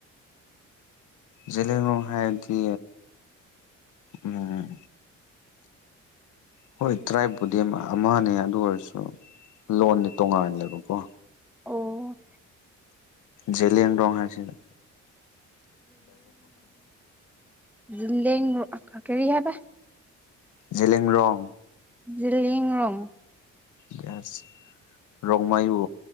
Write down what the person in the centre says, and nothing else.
ꯑꯣ
ꯖꯦꯂꯦ ꯀꯔꯤ ꯍꯥꯏꯕ
ꯖꯦꯂꯦꯡꯔꯣꯡ